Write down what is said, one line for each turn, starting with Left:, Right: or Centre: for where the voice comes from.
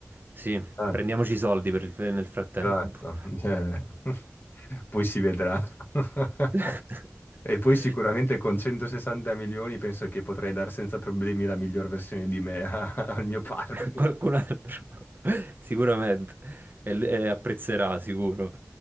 Right: sì,
Left: esatto.
Right: prendiamoci i soldi per il- nel frattempo.
Left: Esatto, cioè, <laughs> poi si vedrà. <laughs>
Right: <laughs>
Left: E poi sicuramente con 160 milioni penso che potrei dare senza problemi la miglior versione di me a- <laughs> al mio partner.
Right: Qualcun altro <laughs> sicuramente e, e apprezzerà, sicuro.